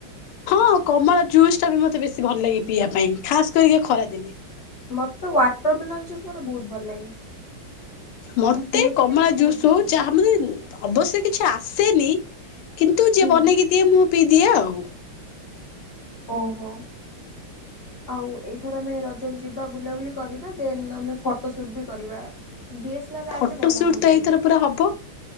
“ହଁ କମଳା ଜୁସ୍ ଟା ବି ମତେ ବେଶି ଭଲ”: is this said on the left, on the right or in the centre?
Left